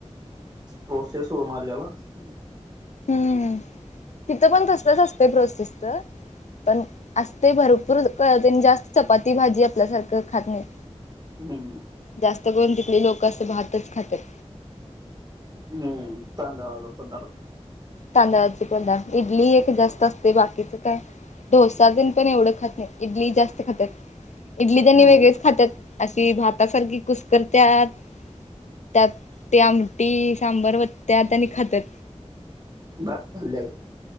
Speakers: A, on the right; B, on the left.
A: प्रोसेस होऊन आल्याला असतुय.
B: हं.. तिथं पण तसलंच असतंय प्रोसेसच पण असतयं भरपूर क तेनी जास्त चपाती- भाजी आपल्यासारखं खात नाहीत.
A: हम्म.
B: जास्त करून तितली लोकं असं भाततच खात्यात.
A: हम्म तांदळाचा पदार्थ,
B: तांदळाचे पदार्थ इडली एक जास्त असते बाकीच काय,, डोसा दिण पण एवढं खात नाहीत. इडली जास्त खात्यात, इडली त्यांनी
A: हम्म
B: वेगळीच खात्यात. अशी भातासारखी कुसकरत्यात त्यात ते आमटी सांबर ते वतत्त्यात आणि खात्यात.
A: भात खाल्या गत